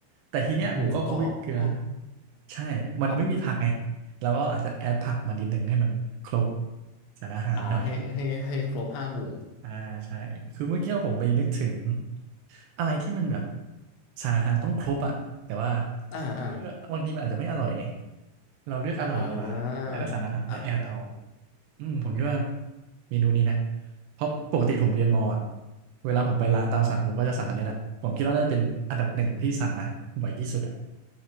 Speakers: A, on the right (about 75°); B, on the left (about 75°).
A: แต่ทีเนี้ยหมูกรอบคั่วพริกเกลือ
B: หมูกรอบคั่วพริก
A: ใช่มันไม่มีผักไง
B: ครับ
A: แล้วก็อาจจะแอดผักมานิดนึงให้มันครบสารอาหารหน่อย
B: อ่าให้ให้ให้ครบห้าหมู่
A: อ่าใช่คือเมื่อกี้ผมไปนึกถึงอะไรที่มันแบบสารอาหารต้องครบอ่ะแต่ว่า
B: อ่าอ่า
A: เออบางทีมันอาจจะไม่อร่อยไงเราเลือกอร่อยดีกว่าแล้วก็สารอาหารก็แอดเอา
B: อ่าอ่า
A: อืมผมคิดว่าเมนูนี้นะเพราะปกติผมเรียนมออ่ะเวลาผมไปร้านตามสั่งผมก็จะสั่งอันนี้แหละผมคิดว่าน่าจะเป็นอันดับหนึ่งที่สั่งนะบ่อยที่สุดอ่ะ